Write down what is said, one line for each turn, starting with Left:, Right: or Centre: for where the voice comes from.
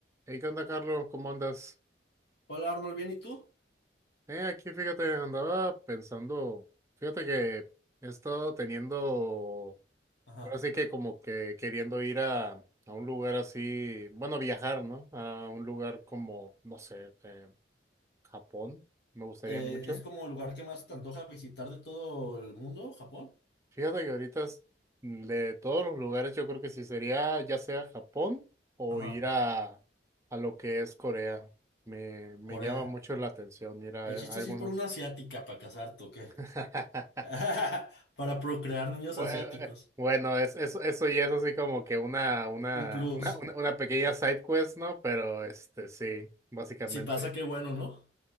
Right: Hey, ¿qué onda, Carlos? ¿Cómo andas?
Left: Hola Arnold, ¿bien y tú?
Right: Eh, aquí fíjate, andaba pensando, fíjate que he estado teniendo,
Left: Ajá,
Right: ahora sí que como que queriendo ir a, a un lugar así, bueno, viajar, ¿no? A un lugar como, no sé, eh, Japón, me gustaría
Left: Eh,
Right: mucho.
Left: ¿es como el lugar que más te antoja visitar de todo el mundo, Japón?
Right: Fíjate que ahorita es- de todos los lugares yo creo que sí sería ya sea Japón o
Left: ajá.
Right: ir a, a lo que es Corea. Me, me
Left: Corea.
Right: llama mucho la atención ir a
Left: El chiste
Right: a algunos.
Left: sí es por una asiática para casarte, ¿o qué?
Right: <laughs>
Left: <laughs> Para procrear niños
Right: Bue-
Left: asiáticos.
Right: eh, Bueno, es, eso eso ya es así como que una, una,
Left: Un plus.
Right: una, una, una pequeña side quest, ¿no? Pero este, sí, básicamente.
Left: Si pasa, qué bueno, ¿no?